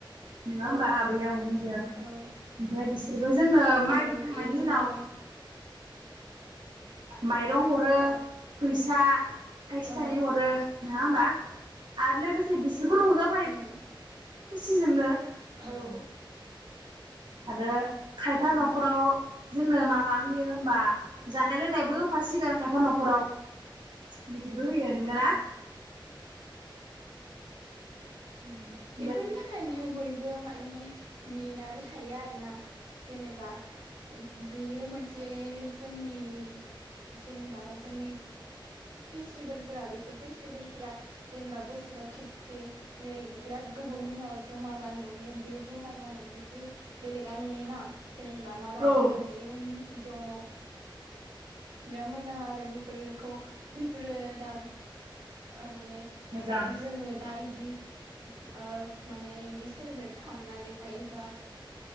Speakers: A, on the right (about 65°); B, on the right (about 80°).
A: नङा होमबा
B: औ औ
A: आबै आबौमोन जों। ओमफ्राय
B: औ
A: बिसि बिसोरबो जोंनो
B: औ
A: मागि
B: औ
A: खांनायनि
B: बेनोथ'
A: उनाव माइरं हरो
B: औ
A: फैसा थाइसे
B: औ
A: थाइनै हरो। नङा होमबा आरो लोगोसे बिसोरबो रंजा
B: उम
A: खुसिजोंनो उम
B: औ <inaudible>
A: आरो खायफा
B: उम
A: नखराव जोंनो मा मा होयो होमबा जानाय लोंनायबो होफासिगोन खायफा नखराव बिदिबो होयो नोंगो ना? उम
B: बिनि थाखायनो बयबो माने नेेनाबो थायो आरोना जेनेबा बेयो मोन- से जोंनि जेनेबा जोंनि फेस्टिभेल फोरा बेफोर फेस्टिभेल फोरा जेनेबा बोसोराव खेबसे बिराद गोबावनि औ जमा जानो मोनो बे जमा जानायखौ जि बेलेगा नुयोना जेनेबा माबायदि
A: औ
B: मोनसे उननि बिदि दङ औ बिराद मोजां आरो बेफोरखौ बेफोरो दा ओ माने
A: मोजां
B: जा जोङो दा इदि ओ माने इदि सेलेब्रेट खालामना देखायोबा